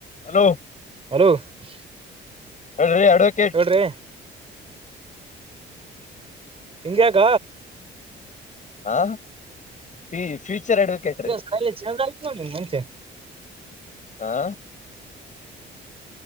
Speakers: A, on the left; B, on the right.
A: Hello
B: hello <unintelligible>
A: ಹೇಳ್ ರ್ರೀ ಅಡಿಕ್,
B: ಹೇಳ್ರಿ ಹಿಂಗ್ಯಾಕ
A: ಹ-ಈ ಫ್ಯೂಚರ್ ಅಡ್ವೊಕೇಟ್- ರೀ
B: ಮೇ <unintelligible> ಚೆಂದ <unintelligible> ಆ್ತವ ನಿಮ್ ಮನ್ಷೆ <unintelligible>
A: ಹಾ